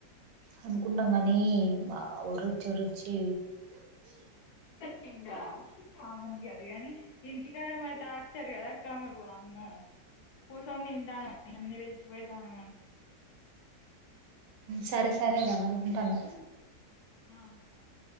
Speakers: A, on the right; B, on the left.
A: అనుకుంటాం కనీ అబ్బా ఒరిచ్చి ఒరిచ్చి
B: <unintelligible> ఇంటికాడా మరి టార్చర్ కదక్కమకు వమ్మ కుసూని తంటారూ అ సుబే దానమన్
A: సరే సరేరా బ ఉంటాన్న.
B: ఆ సరే